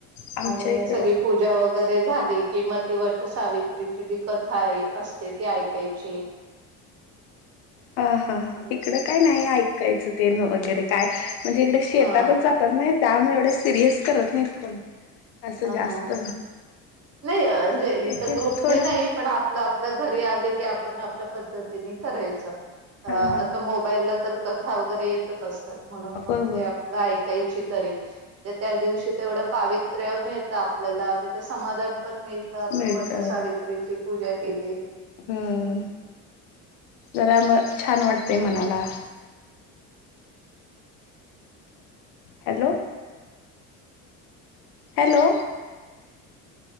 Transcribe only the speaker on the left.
आमच्या
इकडं
हा हा
इकडं काय
नाही, ऐकायचं तेन वगैरे काय, म्हणजे इकडे शेतातच
जात, नाही त्यामुळे, एवढे सिरियस करत नाहीत कोण, असं
जास्त
एक
एक
थोडं
हा
हा
होय
होय
मिळत
हम्म, जरा म, छान वाटते मनाला. हॅलो. हॅलो.